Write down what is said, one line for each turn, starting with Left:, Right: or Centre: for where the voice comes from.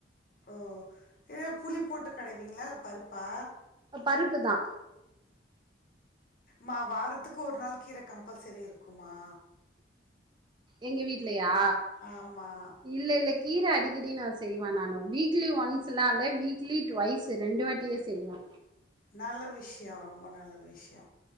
Left: ஓ இதே புளி போட்டு கடைவீங்ளா இல்ல பருப்பா
Right: பருப்பு தா
Left: மா வாரத்துக்கு ஒரு நாள் கீர கம்பல்சரி இருக்குமா
Right: எங்க வீட்லயா
Left: ஆமா
Right: இல்ல இல்ல கீர அடிக்கடி நா செய்வ நானு வீக்லி ஒன்ஸ்ல்லா இல்ல வீக்லி டுவைய்ஸு ரெண்டு வாட்டியே செய்வ
Left: நல்ல விஷ்யோ ரொம்ப நல்ல விஷ்யோ